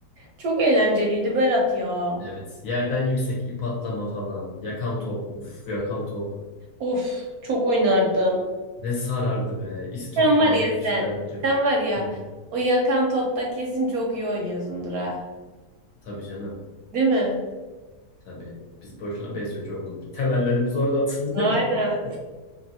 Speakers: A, on the right; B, on the left.
A: Çok eğlenceliydi Berat ya.
B: Evet. Yerden yüksek ip atlama falan. Yakan top. Uf yakan top.
A: Of, çok oynardım.
B: Ne sarardı be. İstop
A: Sen
B: falan
A: var ya sen.
B: bir şeyler diyorduk.
A: Sen var ya.
B: Hı,
A: O yakan topta kesin çok iyi oynuyorsundur ha.
B: tabii canım.
A: Değil mi?
B: Tabii. Biz boşuna besyocu olduk. Bir Temellerimiz orada atıldı.
A: Aynen.
B: <laughs>